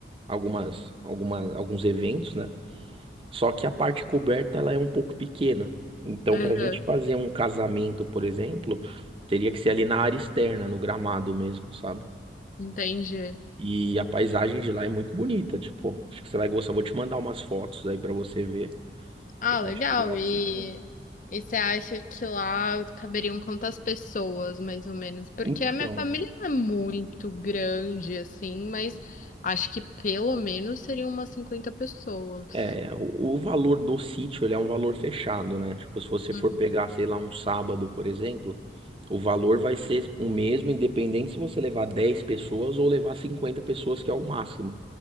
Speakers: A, on the right; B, on the left.
A: algumas, alguma, alguns eventos, né? Só que a parte coberta ela é um pouco pequena. Então,
B: Uhum.
A: para a gente fazer um casamento, por exemplo, teria que ser ali na área externa, no gramado mesmo, sabe?
B: Entendi.
A: E a paisagem de lá é muito bonita, tipo, acho que você vai gostar. Vou te mandar umas fotos aí para você ver.
B: Ah,
A: Eu
B: legal.
A: acho que lá
B: E,
A: você ganha.
B: e você acha que lá caberiam quantas pessoas, mais ou menos? Porque
A: Então,
B: a minha família não é muito grande, assim, mas acho que pelo menos seriam umas 50 pessoas.
A: é, o, o valor do sítio, ele é um valor fechado, né? Tipo, se você
B: Hum,
A: for pegar, sei lá, um sábado, por exemplo, o valor vai ser o mesmo, independente se você levar 10 pessoas ou levar 50 pessoas, que é o máximo.